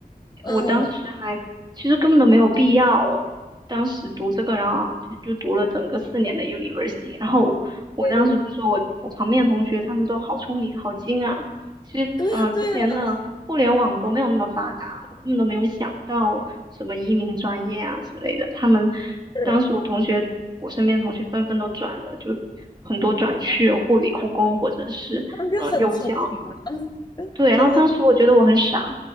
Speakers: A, on the left (about 25°); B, on the right (about 25°).
A: 嗯，
B: 我当时还其实根本都没有必要，当时读这个，然后就就读了整个四年的 university，然后我当时不是说我我旁边的同学他们都好聪明好精啊，
A: 对，
B: 其实嗯、
A: 对呀，
B: 呃之前的互联网都没有那么发达，
A: 对呀，
B: 我根本都没有想到什么移民专业啊之类的，他们
A: 是，
B: 当时我同学我身边的同学纷纷都转了，就很多转去护理护工或者是呃幼教。
A: 他们就很聪明啊，嗯，
B: 对，然后当时我觉得我很傻，
A: 真的，